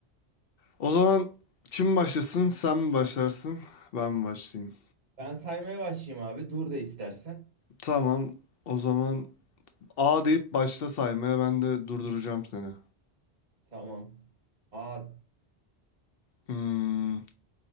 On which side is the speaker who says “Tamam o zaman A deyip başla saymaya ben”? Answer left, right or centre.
Left